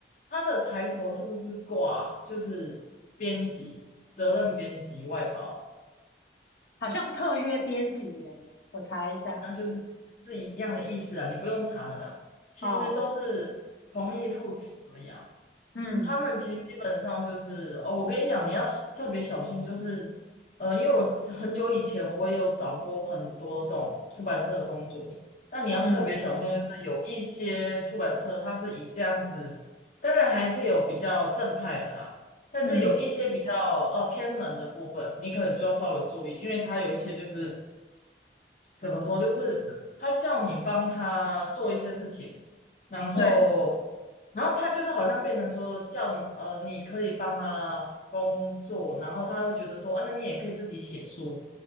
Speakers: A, on the left; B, on the left.
A: 他的抬头是不是挂就是编辑、责任编辑、外包？
B: 好像特约编辑嘞，我查一下
A: 那就是是一样的意思啊，你不用查了啦。其实都是同义副词而已啊。
B: 哦，嗯
A: 他们其实基本上就是哦，我跟你讲，你要小特别小心，就是呃，因为我很久以前我也有找过很多这种出版社的工作，但你要特别小心，
B: 嗯。
A: 就是有一些出版社它是以这样子，当然还是有比较正派的啦，但是有一些比较呃偏门的部分，
B: 嗯，
A: 你可能就要稍微注意，因为它有一些就是怎么说，就是他叫你帮他做一些事情，然后，
B: 对，
A: 然后他就是好像变成说叫你呃，你可以帮他工作，然后他会觉得说啊，那你也可以自己写书。